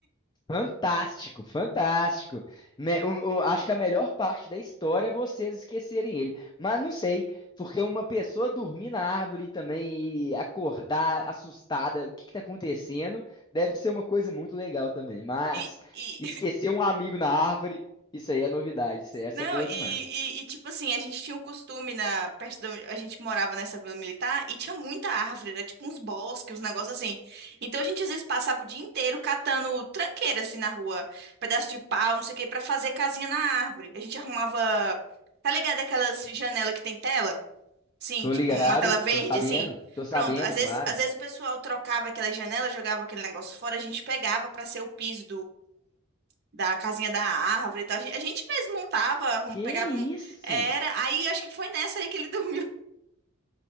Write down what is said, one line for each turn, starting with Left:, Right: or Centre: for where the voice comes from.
Left: Fantástico, fantástico. Me- o- o- acho que a melhor parte da história é vocês esquecerem ele. Mas não sei, porque uma pessoa dormir na árvore também e acordar assustada, o que que tá acontecendo, deve ser uma coisa muito legal também. Mas
Right: E, e,
Left: esquecer um amigo na árvore, isso aí é novidade. isso- aí- essa
Right: Não,
Left: é boa
Right: e,
Left: demais.
Right: e- e, tipo assim, a gente tinha um costume na perto da, a gente morava nessa vila militar e tinha muita árvore, era tipo uns bosques, uns negócios assim. Então a gente às vezes passava o dia inteiro catando tranqueira assim na rua, pedaço de pau, não sei o que, pra fazer casinha na árvore. A gente arrumava, tá ligado aquelas janela que tem tela? Sim,
Left: Tô
Right: tipo
Left: ligado,
Right: uma tela verde
Left: tô sabendo,
Right: assim.
Left: tô sabendo,
Right: Pronto, às
Left: claro.
Right: vezes, às vezes o pessoal trocava aquela janela, jogava aquele negócio fora, a gente pegava pra ser o piso da casinha da árvore e tal. A gen- a gente mesmo montava, arrum-
Left: Que
Right: pegava um.
Left: isso?
Right: Era. Aí acho que foi nessa aí que ele <laughs> dormiu.